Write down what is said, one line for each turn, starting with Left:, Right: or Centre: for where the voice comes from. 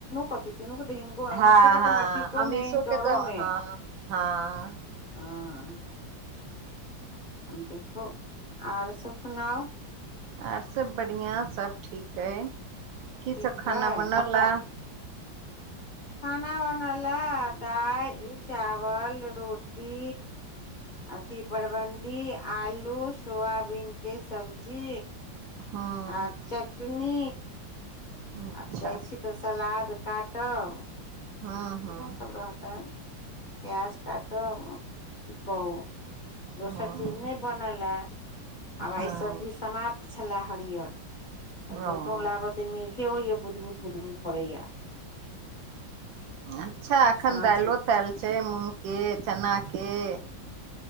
Left: कथी तीनू के तऽ हिनको अमीषो
Right: हँ
Left: के
Right: हँ
Left: तऽ मैट्रिको
Right: अमीशो
Left: मे इंटरो
Right: के तऽ
Left: मे
Right: हँ हँ
Left: हँ देखो आर सब सुनाउ
Right: आर सब बढ़िया सब ठीक अइ की
Left: ठीक
Right: सब खाना
Left: अइ
Right: बनौल ह
Left: खाना वाना लए दालि चावल रोटी अथी बड़वण्डी आलू सोयाबीनके सब्जी
Right: हूँ
Left: आ चटनी
Right: अच्छा
Left: आब जाइ छी तऽ सलाद काटब
Right: हूँ हूँ
Left: इएहसभ रहतनि प्याज काटब की कहू दोसर
Right: हँ
Left: चीज नहि बनलए आब
Right: हँ
Left: आ ई सब्जी समाप्त छलय हरियर जतोँ
Right: ओ
Left: लाब ते मेघे होइया बुध बुध बुध बुत पड़ैया
Right: अच्छा एखन
Left: साँझ
Right: दालिओ तालि छै मूँग केँ चना केँ